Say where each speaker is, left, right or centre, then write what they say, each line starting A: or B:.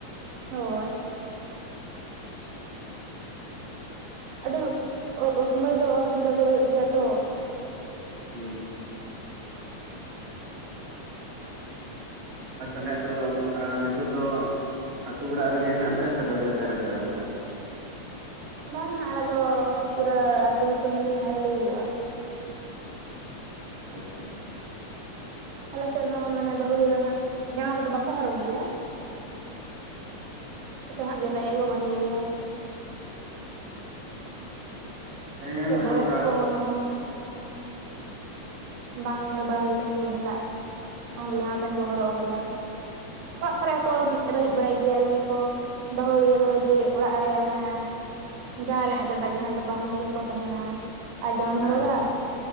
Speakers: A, on the right; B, on the right.
A: ᱦᱳᱭ᱾ ᱟᱹᱰᱤ ᱚᱥᱚᱢᱟᱹᱭ ᱫᱚ ᱚᱥᱩᱵᱤᱫᱟ ᱠᱚ ᱦᱩᱭᱩᱜ ᱜᱮᱭᱟ ᱛᱚ᱾
B: <inaudible> <unintelligible> ᱟᱨ ᱛᱟᱦᱟᱞᱮ ᱟᱯᱮ ᱫᱚ ᱚᱱᱠᱟ ᱱᱤᱛᱚᱜ ᱫᱚ ᱟᱹᱛᱩ ᱚᱲᱟᱜ ᱨᱮᱜᱮ ᱦᱮᱱᱟᱜ ᱯᱮᱭᱟ ᱥᱮ ᱵᱟᱡᱟᱨ ᱫᱷᱟᱨᱮ ᱠᱚᱨᱮ ᱚᱱᱠᱟ?
A: ᱵᱟᱝᱟ ᱟᱞᱮ ᱫᱚ ᱯᱩᱨᱟᱹ ᱟᱹᱛᱩ ᱫᱤᱥᱚᱢ ᱜᱮ ᱦᱟᱸᱜ ᱞᱟᱹᱭᱟᱹᱜᱚᱜ-ᱟ᱾
B: ᱟᱪᱪᱷᱟ ᱟᱪᱪᱷᱟ᱾
A: ᱟᱞᱮ ᱥᱮᱱ ᱦᱚᱸ ᱢᱟᱱᱮ ᱵᱟᱹᱦᱩᱲᱤ ᱫᱚ ᱦᱟᱸᱜ ᱡᱟᱢᱟ ᱠᱚᱫᱚ ᱵᱟᱠᱚ ᱦᱚᱨᱚᱜᱽ ᱜᱮᱭᱟ᱾ ᱡᱷᱚᱛᱚ ᱦᱟᱸᱜ ᱜᱮᱸᱫᱟᱜ
B: ᱚ
A: ᱜᱮᱠᱚ ᱵᱟᱸᱫᱮ ᱜᱮᱭᱟ᱾
B: ᱦᱮᱸ
A: ᱥᱮ
B: ᱢᱟᱱᱮ
A: ᱵᱚᱭᱚᱥᱠᱚ
B: ᱚᱲᱟᱜ
A: ᱦᱚᱲ ᱦᱚᱸ᱾ ᱵᱟᱝ ᱧᱮᱞ ᱵᱟᱲᱟ ᱦᱩᱭ ᱟᱠᱟᱱᱟ ᱡᱮ ᱜᱮᱸᱫᱟᱜ ᱵᱟᱝ ᱫᱚ ᱡᱟᱢᱟ ᱯᱮᱱ ᱠᱚ ᱦᱚᱨᱚᱜ ᱟᱠᱟᱫᱟ᱾ ᱚᱲᱟᱜ ᱠᱚᱨᱮ
B: ᱦᱮᱸ
A: ᱦᱚᱸᱠᱚ ᱨᱳᱦᱮᱫ ᱵᱟᱲᱟᱭ ᱜᱮᱭᱟ᱾ ᱞᱮᱭᱟ ᱠᱚ ᱵᱟᱹᱦᱩᱲᱤᱭᱟᱹ ᱫᱚ ᱡᱮ ᱚᱲᱟᱜ ᱨᱮ ᱢᱟᱱᱮ ᱡᱟᱶᱟᱭ ᱨᱮᱱ ᱟᱡ ᱫᱟᱫᱟ ᱡᱟᱦᱟᱸ ᱫᱚ ᱵᱟ ᱦᱚᱧᱦᱟᱨ ᱠᱚᱠᱚ ᱛᱟᱦᱮᱱᱟ। ᱟᱨ ᱡᱟᱢᱟᱢ
B: ᱦᱮᱸ
A: ᱦᱚᱨᱚᱜᱟ,